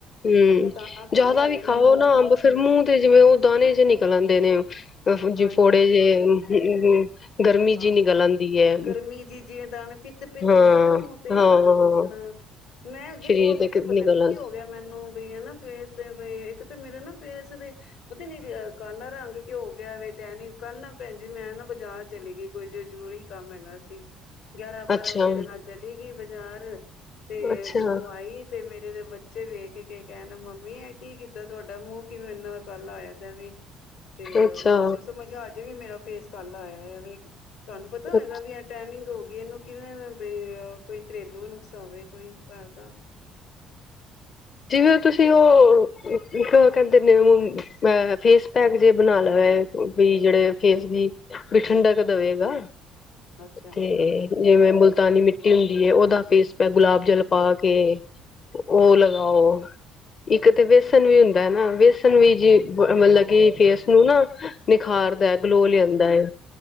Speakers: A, on the left (about 45°); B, on the left (about 85°).
A: ਹੂੰ
B: ਮੈਂ ਕਿਹਾ ਤਾਂ ਖਾਣੇ
A: ਜ਼ਿਆਦਾ
B: ਹੈਗੇ
A: ਵੀ ਖਾਓ
B: ਉਹਨੂੰ
A: ਨਾ ਅੰਬ ਫਿਰ ਮੂੰਹ ਤੇ ਜਿਵੇਂ ਉਹ ਦਾਣੇ ਚ ਨਿਕਲ ਆਂਦੇ ਨੇ। ਜਿ
B: ਹਾਂਜੀ
A: ਫੋੜੇ
B: ਹਾਂ
A: ਜਿਹੇ ਗਰਮੀ ਜਿਹੀ
B: ਹਾਂ
A: ਨਿਕਲ ਆਂਦੀ ਐ,
B: ਗਰਮੀ ਜੀ ਜਿਵੇਂ ਤਾਂ ਉਹਨੇ ਪਿੱਤ ਪਿੱਤ
A: ਹਾਂ-
B: ਹੁੰਦੀ ਹੈ ਨਾ ਮੂੰਹ ਤੇ
A: ਹਾਂ
B: ਹਨਾ ਉਸ ਤਰ੍ਹਾਂ ਮੈਂ ਅੱਗੇ
A: ਸਰੀਰ
B: ਕਵਾਂ ਮੈਂ
A: ਦੇ
B: ਕਿਹਾ
A: ਕਿ
B: ਪਤਾ
A: ਨਿਕਲ
B: ਨੀ
A: ਆਂਦੇ।
B: ਕੀ ਹੋ ਗਿਆ ਮੈਨੂੰ ਬਈ ਹੈ ਫੇਸ ਤੇ ਇੱਕ ਤੇ ਮੇਰੇ ਨਾ ਫੇਸ ਦੇ ਪਤਾ ਨੀ ਕਾਲਾ ਰੰਗ ਕਿਉ ਹੋ ਵੇ ਟੈਨਿਕ ਕੱਲ ਨਾ ਭੈਣ ਜੀ ਮੈਂ ਨਾ ਬਾਜ਼ਾਰ ਚਲੇ ਗਈ ਕੋਈ ਜ਼ਰੂਰੀ ਕੰਮ ਹੈਗਾ ਸੀ। ਗਿਆਰਾਂ ਬਾਰਾਂ
A: ਅੱਛਾ
B: ਵਜੇ ਦੇ ਨਾਲ ਚੱਲੀ ਗਈ ਬਾਜ਼ਾਰ ਤੇ
A: ਅੱਛਾ
B: ਜਦੋਂ ਆਈ ਤੇ ਮੇਰੇ ਜਦੇ ਬੱਚੇ ਵੇਖ ਕੇ ਕਹਿਣ ਮੰਮੀ ਇਹ ਕੀ ਕੀਤਾ ਤੁਹਾਡਾ ਮੂੰਹ ਕਿਵੇਂ ਇੰਨਾ ਕਾਲਾ ਹੋਇਆ ਪਿਆ ਵੀ ਤੇ
A: ਅੱਛਾ
B: ਮੈਨੂੰ ਸਮਝ ਆ ਜਾ ਵੀ ਮੇਰਾ ਫੇਸ ਕਾਲਾ ਹੋਇਆ ਪਿਆ ਵੀ। ਤੁਹਾਨੂੰ ਪਤਾ
A: ਅੱਛਾ
B: ਹੈਗਾ ਵੀ ਇਹ ਟੈਨਿੰਗ ਹੋ ਗਈ ਇਹਨੂੰ ਕਿਵੇਂ ਕੋਈ ਘਰੇਲੂ ਨੁਕਸਾ ਹੋਵੇ ਕੋਈ ਘਰ ਦਾ
A: ਜਿਵੇਂ ਤੁਸੀਂ ਉਹ ਕਹਿੰਦੇ ਨੇ ਅ ਫੇਸ ਪੈਕ ਜੇ ਬਣਾ ਲੈ ਵੀ ਜਿਹੜੇ ਫੇਸ ਦੀ ਵੀ ਠੰਡਕ ਦੇਵੇਗਾ।
B: ਅੱਛਾ
A: ਤੇ ਜਿਵੇਂ ਮੁਲਤਾਨੀ ਮਿੱ ਟੀ ਹੁੰਦੀ ਹੈ ਉਹਦਾ ਫੇਸ ਪਿਆ ਗੁਲਾਬ ਜਲ ਪਾ ਕੇ ਉਹ ਲਗਾਓ ਇੱਕ ਤੇ ਵੇਸਣ ਵੀ ਹੁੰਦਾ ਹੈ ਨਾ ਵੇਸਣ ਵੀ ਜੀ ਮਤਲਬ ਕਿ ਫੇਸ ਖਾਰਦਾ ਗਲੋ
B: ਅੱਛਾ
A: ਲਿਆਂਦਾ ਹੈ